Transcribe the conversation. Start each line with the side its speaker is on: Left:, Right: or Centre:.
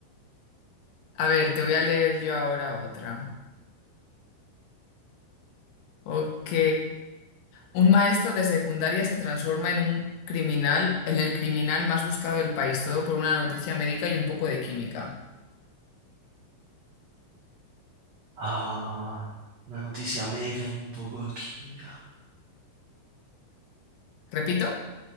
Left: A ver, te voy a leer yo ahora otra. Ok. Un maestro de secundaria se transforma en un criminal, en el criminal más buscado del país, todo por una noticia médica y un poco de química.
Right: Ah, una noticia médica y un poco de química.
Left: Repito,